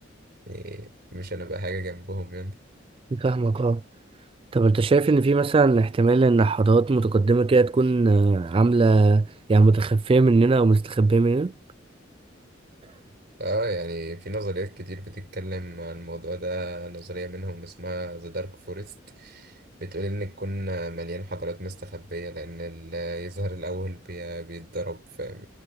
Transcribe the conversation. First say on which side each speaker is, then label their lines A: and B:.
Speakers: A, on the right; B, on the right.
A: يعني مش هنبقى حاجة جنبهم يعني
B: فاهمك اه طب انت شايف ان في مثلا احتمال ان حضارات متقدمة كده تكون آه، عاملة يعني متخفية مننا او مستخبية مننا؟
A: اه يعني في نظريات كتير بتتكلم عن الموضوع ده نظرية منهم اسمها The Dark Forest بتقول إن الكون مليان حضارات مستخبية لأن اللي يظهر الأول بي- بيتضرب فاهم